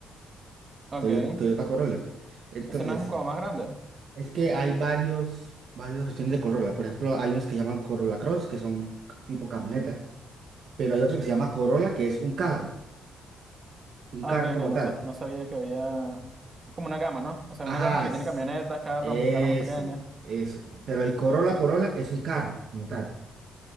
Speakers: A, on the right; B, on the right.
A: Ok,
B: Toyo- Toyota, Corolla. Entonces,
A: ¿eso no es como más grande?
B: es que hay varios, varios opciones de Corolla. Por ejemplo, hay unos que llaman Corolla Cross, que son tipo camioneta. Pero hay otro que se llama Corolla, que es un carro. Un
A: Ah,
B: carro
A: ok, ok,
B: como
A: no,
B: tal.
A: sa- no sabía que había... Es como una gama, ¿no? O sea,
B: Ajá,
A: una gama que tiene
B: s-
A: camionetas, carros,
B: eso,
A: carros más pequeños.
B: eso. Pero el Corolla Corolla es un carro como tal.